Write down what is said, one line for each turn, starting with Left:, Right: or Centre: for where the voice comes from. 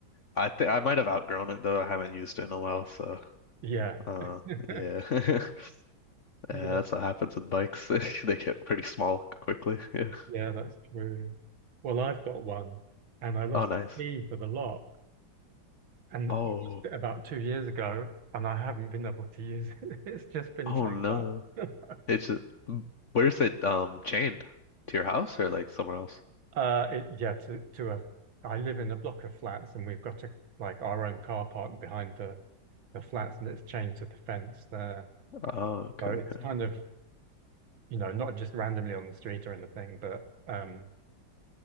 Left: I think I might have outgrown it though. I haven't used it in a while. So,
Right: Yeah.
Left: uh,
Right: <laughs>
Left: yeah. <laughs>
Right: Yeah,
Left: Yeah, that's what happens with bikes. <laughs> They get pretty small quickly. <laughs> Yeah.
Right: yeah, that's true. Well, I've got one and I lost
Left: Oh, nice.
Right: the key for the lock. and
Left: Oh.
Right: I used it about two years ago, and I haven't been able to use it. <laughs> It's just been
Left: Oh
Right: checked
Left: no.
Right: out. <laughs>
Left: It's a, where's it um chained? To your house or like somewhere else?
Right: Uh, it, yeah, to to a, I live in a block of flats, and we've got a like our own car park behind the the flats, and it's chained to the fence there.
Left: Oh, okay,
Right: So it's
Left: okay.
Right: kind of you know not just randomly on the street or anything, but um,